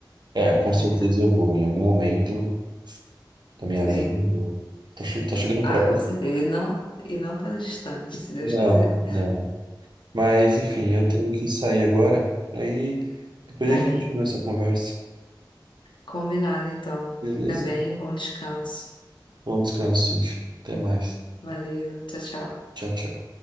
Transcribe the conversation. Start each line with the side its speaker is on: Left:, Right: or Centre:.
Right: É, com
Left: É,
Right: certeza eu vou. Em algum momento da minha
Left: sim.
Right: vida eu vou. Tá, che- tá chegando
Left: Ah,
Right: próximo.
Left: com certeza. E não, e não tá distante, se Deus
Right: Não,
Left: quiser.
Right: não. Mas enfim, eu tenho que sair agora. Aí depois
Left: Tá
Right: a gente
Left: bem.
Right: continua essa conversa.
Left: Combinado, então.
Right: Beleza?
Left: Fica bem, bom descanso.
Right: Bom descanso, Cintia. Até mais.
Left: Valeu, tchau, tchau.
Right: Tchau, tchau.